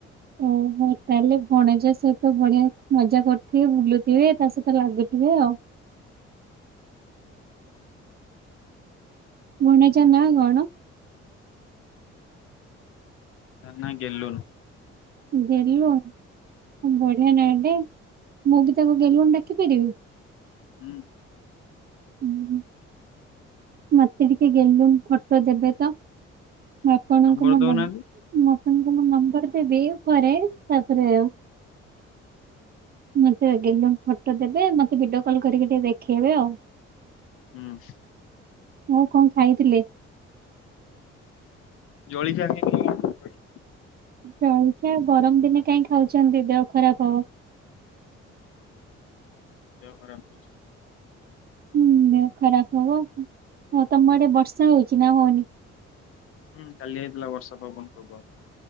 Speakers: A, on the right; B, on the left.
A: ଓହୋ। ହଁ ତାହେଲେ ଭଣଜା ସହିତ ବଢିଆ ମଜା କରୁଥିବେ ବୁଲୁଥିବେ ତା ସହିତ ଲାଗୁଥିବେ ଆଉ। ଭଣଜା ନାଁ କଣ?
B: ତା ନାଁ ଗେଲୁନ।
A: ଗେଲୁ ବଢିଆ ନା ଟେ, ମୁଁ ବି ତାକୁ ଗେଲୁନ୍ ଡାକି ପାରିବି?
B: ହୁଁ।
A: ହୁଁ। ମତେ ଟିକେ ଗେଲୁନ୍ ଫଟୋ ଦେବେ ତ ମୁଁ ଆପଣଙ୍କୁ
B: ନମ୍ବର
A: ମୋ
B: ଦଉନାହାନ୍ତି
A: ନ ମୁଁ ଆପଣଙ୍କୁ ମୋ ନମ୍ବର ଦେବି ପରେ ତାପରେ ମତେ ଗେଲୁନ୍ ଫଟୋ ଦେବେ ମତେ ଭିଡିଓ କଲ୍ କରିକି ଟିକେ ଦେଖେଇବେ ଆଉ।
B: ହୁଁ।
A: ଆଉ କଣ ଖାଇଥିଲେ?
B: ଜଲିଖିଆ ଖାଇଥିଲି <inaudible>
A: ଜଳିଖିଆ ଗରମ୍ ଦିନେ କାହିଁ ଖାଉଚନ୍ତି ଦେହ ଖରାପ ହବ।
B: ଦେହ ଖରାପ ଅଛି।
A: ହୁଁ ଦେହ ଖରାପ ହବ, ହଁ ତମ ଆଡେ ବର୍ଷା ହଉଚି ନା ହଉନି?
B: ହୁଁ କାଲି ହେଇଥିଲା ବର୍ଷା ପବନ ପ୍ରବଳ।